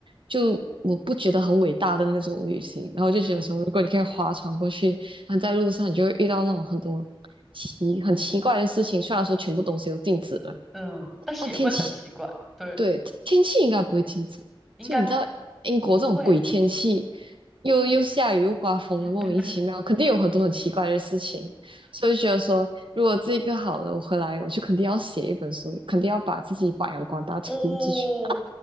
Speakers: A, on the right; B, in the centre.
A: 就我不觉得很伟大的那种旅行。然后就觉得说，
B: 嗯
A: 如果你可以划船过去，然后在路上你就会遇到那种很多奇很奇怪的事情，虽然说全部东西都禁止了。
B: 嗯，但是也会很奇怪，
A: 那天气，
B: 对。
A: 对，天气应该不会禁止。
B: 应该
A: 就你知道，英国这种鬼天气，
B: 不会。
A: 又又下雨又刮风的，
B: <laughs>
A: 莫名其妙，肯定有很多很奇怪的事情。所以就觉得说，如果这个好了，我回来我就肯定要写一本书，肯定要把自己发扬光大出出去。
B: 哦，